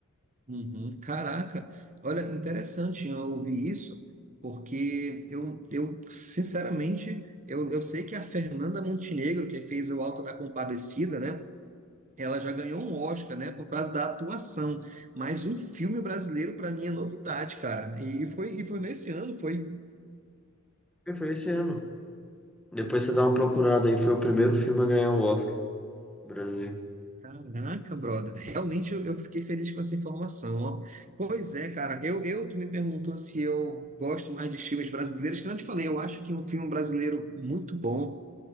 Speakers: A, on the right; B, in the centre.
A: uhum, caraca. Olha, interessante eu ouvir isso, porque eu, eu sinceramente, eu, eu sei que a Fernanda Montenegro, que fez o Alto da Compadecida, né? Ela já ganhou um Oscar, né, por causa da atuação. Mas um filme brasileiro, para mim, é novidade, cara. E foi, e foi nesse ano, foi.
B: E foi esse ano. Depois você dá uma procurada aí, foi o primeiro filme a ganhar o Oscar no Brasil.
A: Caraca, brother. Realmente eu, eu fiquei feliz com essa informação, ó. Pois é, cara. Eu, eu, tu me perguntou se eu gosto mais de filmes brasileiros, que eu não te falei. Eu acho que um filme brasileiro muito bom,